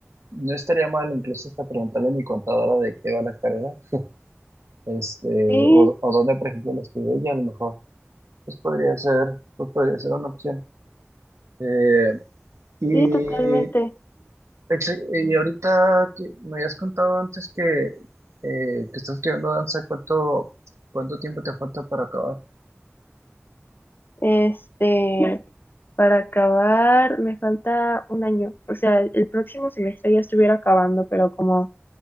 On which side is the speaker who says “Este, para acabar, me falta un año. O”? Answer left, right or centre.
Left